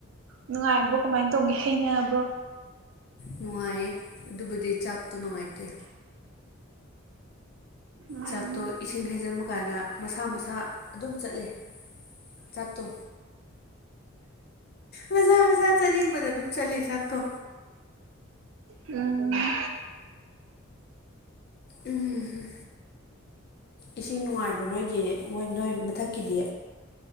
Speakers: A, on the right; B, on the left.
A: ꯅꯨꯡꯉꯥꯏꯕ꯭ꯔꯣ ꯀꯃꯥꯏꯅ ꯇꯧꯒꯦ ꯍꯩꯅꯕ꯭ꯔꯣ
B: ꯅꯨꯡꯉꯥꯏꯌꯦ ꯑꯗꯨꯕꯨꯗꯤ ꯆꯥꯛꯇꯣ ꯅꯨꯡꯉꯥꯏꯇꯦ
A: ꯎꯝ
B: ꯆꯥꯛꯇꯣ ꯏꯁꯤꯡ ꯍꯩꯖꯤꯟꯕ ꯀꯥꯟꯗ ꯃꯁꯥ ꯃꯁꯥ ꯑꯗꯨꯝ ꯆꯠꯂꯦ ꯆꯥꯛꯇꯣ ꯃꯁꯥ ꯃꯁꯥ ꯆꯥꯅꯤꯡꯕꯗ ꯑꯗꯨꯝ ꯆꯠꯂꯤ ꯆꯥꯛꯇꯣ
A: ꯎꯝ
B: ꯎꯝ ꯏꯁꯤꯡ ꯅꯨꯡꯉꯥꯏꯕ꯭ꯔꯣ ꯅꯣꯏꯒꯤ ꯍꯣꯏ ꯅꯣꯏ ꯃꯊꯛꯀꯤꯗꯤ